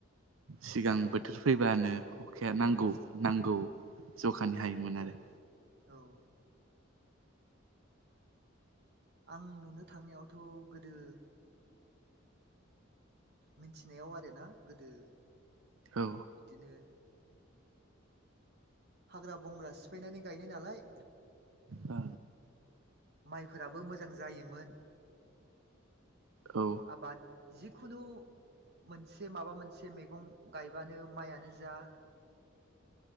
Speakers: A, on the right; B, on the right.
A: सिगां बोथोर फैबानो अखाया नांगौ नांगौ जखानि हायोमोन आरो
B: औ आं नुनो थांनायावथ' गोदो मिथिनायाव आरोना गोदो
A: औ
B: बिदिनो हाग्रा बंग्रा सिफायनानै गायनाय नालाय
A: औ
B: माइफोराबो मोजां जायोमोन
A: औ
B: आ बाद जिखुनु मोनसे माबा मोनसे मैगं गायबानो माइयानो जा